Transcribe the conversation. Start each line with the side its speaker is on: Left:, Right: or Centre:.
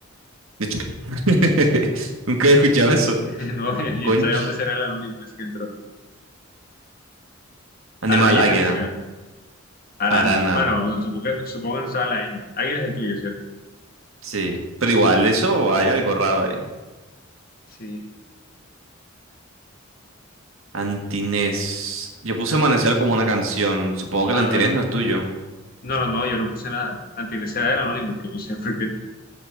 Right: De hecho, <laughs> nunca he escuchado eso.
Left: <laughs> No,
Right: Aconchi.
Left: y sabe dónde será el anónimo, es que entró.
Right: Animal,
Left: Ardilla
Right: águila,
Left: es el mío. Arana.
Right: arana.
Left: Bueno, supongo que, supongo que no estaba la ñ. Águila es el tuyo, ¿cierto?
Right: Sí. Pero igual, eso hay algo raro ahí.
Left: Sí.
Right: Antinés. Yo puse amanecer como una canción. Supongo que
Left: Ah,
Right: el antinés
Left: vale.
Right: no es tuyo.
Left: No, no, no, yo no puse nada. Antilés era el anónimo, pero no sé <laughs> por qué.